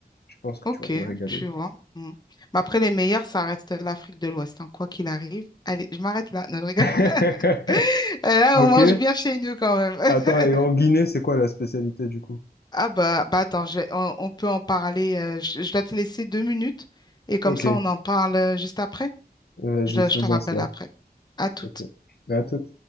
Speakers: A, on the left (about 80°); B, on the left (about 25°).
A: je pense que
B: ok,
A: tu vas te régaler.
B: tu vois. mm. Mais après, les meilleurs, ça reste l'Afrique de l'Ouest, hein, quoi qu'il arrive. Allez, je m'arrête là. Non, je rigole.
A: <laughs>
B: <laughs> Là,
A: Ok.
B: on mange bien chez nous quand même. <laughs>
A: Attends, et en Guinée, c'est quoi la spécialité du coup?
B: Ah bah, bah attends, je vais- on, on peut en parler. euh, je, je dois te laisser deux minutes et comme
A: Ok,
B: ça, on en parle euh, juste après.
A: vas-y,
B: Je,
A: faisons
B: je te rappelle
A: cela.
B: après. À toutes.
A: Ok. À tout.